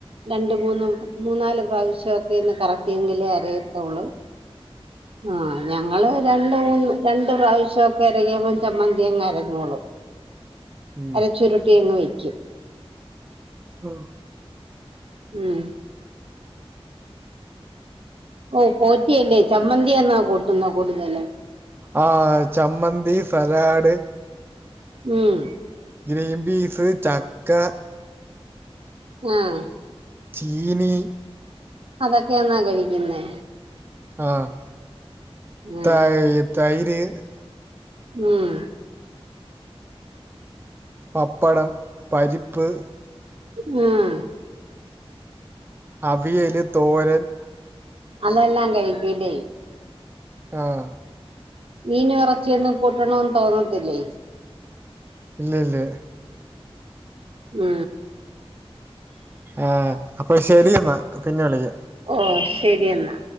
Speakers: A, on the right (about 65°); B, on the right (about 20°).
A: രണ്ട് മൂന്ന് മൂന്നാല് പ്രാവശ്യോക്കെ ഒന്ന് കറ‌ക്കിയെങ്കിലേ അരയത്തൊള്ള് ആഹ് ഞങ്ങള് രണ്ട് മൂന്ന് രണ്ട് പ്രാവശ്യോക്കെ അരക്കുമ്പം ചമ്മന്തി അങ്ങ് അരഞ്ഞോളും
B: ഉം
A: അതെ ചുരുട്ടി അങ്ങ് വെയ്ക്കും
B: ത്രള്ളു
A: ഉം ഓഹ് പോറ്റിയല്ലേ ചമ്മന്തിയാന്നാ കൂട്ടുന്ന കൂടുതല്
B: ആഹ് ചമ്മന്തി സലാഡ്
A: ഇം
B: ഗ്രീൻപീസ് ചക്ക
A: ങാഹ്
B: ചീനി
A: അതൊക്കെയാന്നാ കഴിക്കുന്നേ
B: ആഹ്
A: ആ
B: തായ് തൈര്
A: ഉം
B: പപ്പടം പരിപ്പ്
A: ങാഹ്
B: അവിയല് തോരൻ
A: അതെല്ലാം കഴിക്കും ഇല്ലേ
B: ആഹ്
A: മീനും എറച്ചിയൊന്നും കൂട്ടണോന്ന് തോന്നത്തില്ലേ?
B: ഇല്ല ഇല്ല്യാ
A: ഉം
B: ആഹ് അപ്പൊ ശരി എന്നാ പിന്നെ വിളിക്കാം
A: ഓഹ് ശരിയെന്നാ